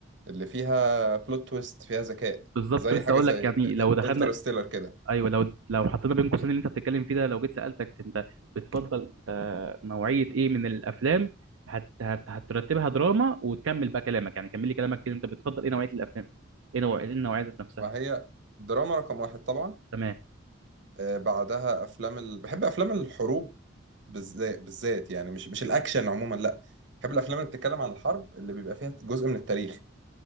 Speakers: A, on the right; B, on the right.
A: اللي فيها بلوت تويست فيها ذكاء
B: بالظبط
A: زي
B: لسه
A: حاجة
B: اقول
A: زي
B: لك يعني لو دخلنا
A: انترستيلر كده
B: ايوه لو لو حطينا بين قوسين اللي انت بتتكلم فيه ده لو جيت سالتك انت بتفضل آه نوعيه ايه من الافلام هت... هت... هترتبها دراما وتكمل بقى كلامك يعني كمل لي كلامك كده انت بتفضل ايه نوعيه الافلام ايه نوع ايه النوعيه ذات نفسها
A: ما هي دراما رقم واحد طبعا
B: تمام
A: آه، بعدها أفلام ال... بحب أفلام الحروب بالذات بالذات يعني مش مش الأكشن عموما لا بحب الأفلام اللي بتتكلم عن الحرب اللي بيبقى فيها جزء من التاريخ